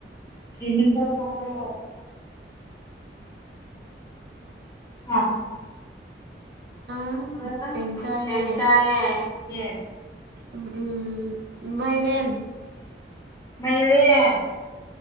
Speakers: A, on the left; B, on the right.
A: ꯀꯔꯤ ꯃꯊꯦꯜ ꯆꯕ꯭ꯔꯣ ꯑꯥ
B: ꯃꯥꯏꯔꯦꯟ
A: ꯑꯥꯥ
B: ꯆꯥꯏꯌꯦ
A: ꯌꯦꯟ ꯆꯥꯏꯌꯦ ꯌꯦꯟ
B: ꯑꯣ ꯎꯝ ꯃꯥꯏꯔꯦꯟ
A: ꯃꯥꯏꯔꯦꯟ